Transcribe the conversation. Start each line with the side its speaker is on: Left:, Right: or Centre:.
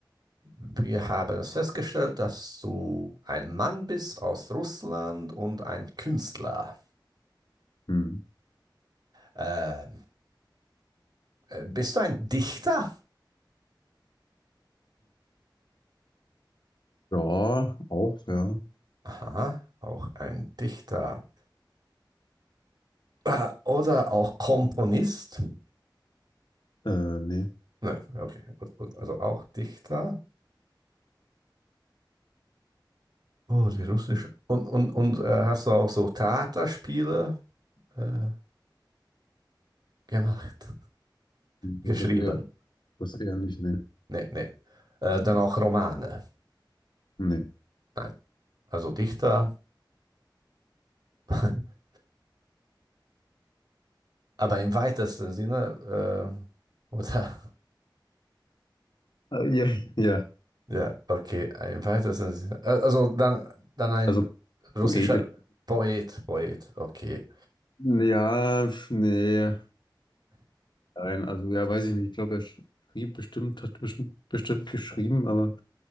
Right: wir haben es festgestellt, dass du ein Mann bist aus Russland und ein Künstler.
Left: Hm.
Right: Äh, äh, bist du ein Dichter?
Left: Ja, auch, ja.
Right: Aha, auch ein Dichter. Äh, oder auch Komponist?
Left: Äh, nee.
Right: Ne, okay, gut, gut. Also auch Dichter. Oh, die russische. Und, und, und äh, hast du auch so Theaterspiele äh, gemacht?
Left: Das
Right: <laughs> Geschrieben?
Left: eher, das eher nicht, nee.
Right: Nee, nee. Äh, dann auch Romane?
Left: Nee.
Right: Nein. Also Dichter, <laughs> aber im weitesten Sinne, äh, oder? <laughs>
Left: Äh, ja, <laughs> ja.
Right: Ja, okay, im weitesten Sinne. Äh, Also dann, dann ein
Left: Also
Right: russischer
Left: Poet jetzt.
Right: Poet, Poet, okay.
Left: Ja, pf, nee. Nein, also ja, weiß ich nicht. Ich glaube, er schrieb bestimmt, hat bestimmt, bestimmt geschrieben, aber